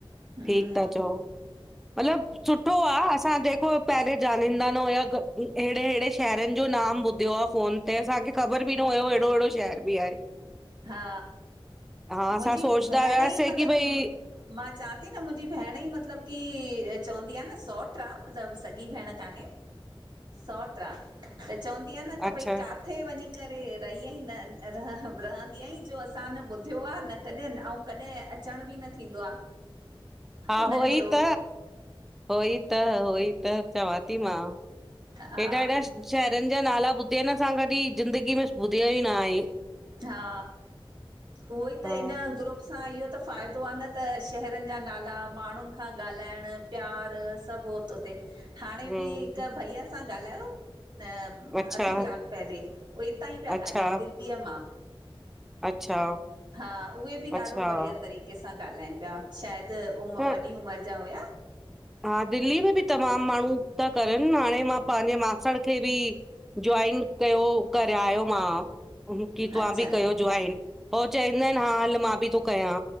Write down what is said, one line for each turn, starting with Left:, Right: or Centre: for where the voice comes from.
Right: हूं
Centre: ठीक था चओ मतिलबु सुठो आ असां ॼेको पहिरे जानींदा न हुया अहिड़े अहिड़े शहरनु जो नाम ॿुधियो आ फोनु ते असांखे ख़बर बि न हुयो अहिड़ो अहिड़ो शहर बि आहे।
Right: हा
Centre: हा
Right: मुंहिंजी
Centre: असां सोचदा
Right: भेण
Centre: हुआसीं
Right: ई मतिलबु
Centre: की भई
Right: मां चां ती न मुंहिंजी भेण ई मतिलबु की चवंदी आ न सौट आ मतिलबु सॻी भेण कान्हे
Centre: --- <inaudible>
Right: सौट आ त चवंदी आ न त
Centre: अच्छा
Right: भई का थे वञी करे रही आई न रह रहंदी आहीं जो असां न ॿुधियो आ न कॾहिं अऊं कॾहिं अचणु बि न थींदो आ।
Centre: --- <inaudible> हा
Right: उन्हनि
Centre: हो ई
Right: जो
Centre: त, हो ई त, हो ई त चवां ती मां।
Right: हा
Centre: एॾा एॾा शहरनु जा नाला ॿुधिया आहिन असां कॾी ज़िंदगी में ॿुधियो ई न आय
Right: हा उहो ई त
Centre: हा
Right: हिन ग्रुप असां इहो त फ़ाइदो आ न त शहरन जा नाला माण्हुन खां ॻाल्हाइणु प्यार सभु हो तो थे हाणे
Centre: हम्म
Right: बि हिकु भईया सां ॻाल्हायो न
Centre: अच्छा,
Right: अधु कलाकु पहले, उ हितां ई पिया
Centre: अच्छा,
Right: ॻाल्हाइन दिल्ली दिल्लीअ मां,
Centre: अच्छा,
Right: हा उहे बि
Centre: अच्छा,
Right: ॾाढो बढ़िया तरी कंहिंसां ॻाल्हाइनि पिया, शायदि उमिर
Centre: त
Right: वॾी उमिरि जा हुया।
Centre: हा दिल्ली में बि तमामु माण्हू, ता करनि हाणे मां पांजे मासण खे बि जॉइन कयो करयायो मां की तव्हां
Right: अच्छा
Centre: बि कयो जोइन पो चवंदा आहिन हा हल मां बि थो कयां।